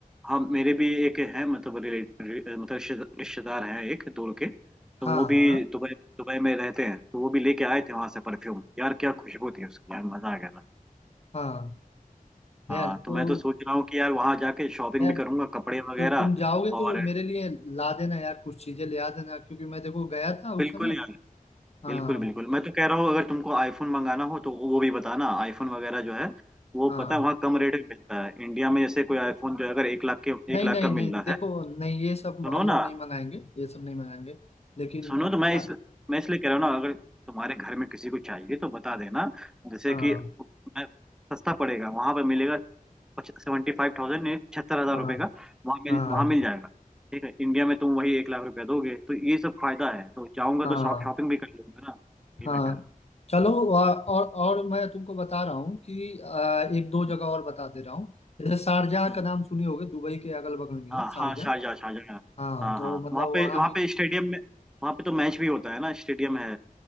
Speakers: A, in the centre; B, on the left.
A: हाँ मेरे भी एक है मतलब रिलेट रि- मतलब रिश्ते- रिश्तेदार हैं एक दूर के तो
B: हाँ
A: वो भी
B: हाँ
A: दुबई दुबई में रहते हैं तो वो भी लेके आए थे वहां से परफ्यूम यार क्या खुशबू थी उसकी यार मजा आ गया था
B: हाँ यार
A: हाँ तो
B: तो
A: मैं तो सोच रहा हूँ कि यार वहां जाके शॉपिंग
B: यार
A: भी करूंगा कपड़े वगैरह
B: तो तुम जाओगे तो
A: और
B: मेरे लिए ला देना यार कुछ चीजें ले आ देना क्योंकि मैं देखो गया था
A: बिल्कुल
B: उस समय
A: यार
B: हाँ
A: बिल्कुल बिल्कुल मैं तो कह रहा हूँ अगर तुमको आईफोन मंगाना हो तो वो भी बताना आईफोन वगैरह जो है वो
B: हाँ
A: पता है वहाँ कम रेट में मिलता है इंडिया में जैसे कोई आईफोन जो है अगर एक लाख के
B: नहीं
A: एक लाख
B: नहीं
A: का
B: नहीं
A: मिल रहा
B: देखो
A: है
B: नहीं ये सब
A: सुनो
B: हम लोग
A: ना
B: नहीं मंगाएंगे ये सब नहीं मंगाएंगे लेकिन
A: सुनो तो मैं
B: आ-
A: इस मैं इसलिए कह रहा हूँ ना अगर तुम्हारे घर में किसी को चाहिए तो बता देना जैसे
B: हाँ
A: कि मैं सस्ता पड़ेगा वहां पर मिलेगा सेवेंटी फाइव थाउजेंड छिहत्तर हजार
B: हाँ
A: रुपये का वहां मिल
B: हाँ
A: वहां मिल जाएगा ठीक है इंडिया में तुम वही एक लाख रुपया दोगे तो ये सब फायदा है तो जाऊंगा
B: हाँ
A: तो शॉप शॉपिंग भी कर लूंगा ना ये
B: हाँ
A: मैं कह रहा हूँ
B: चलो और और और मैं तुमको बता रहा हूँ कि आ, एक दो जगह
A: हम्म,
B: और बता दे रहा हूँ जैसे शारजाह
A: हम्म,
B: का नाम सुने होगे दुबई के अगल बगल में ही
A: हाँ
B: है शारजाह
A: हाँ शारजा शारजा हाँ
B: हाँ
A: हाँ
B: तो
A: हाँ,
B: मतलब
A: वहाँ
B: वहाँ
A: पे वहाँ
B: भी
A: पे स्टेडियम में वहाँ पे तो मैच भी होता है ना स्टेडियम है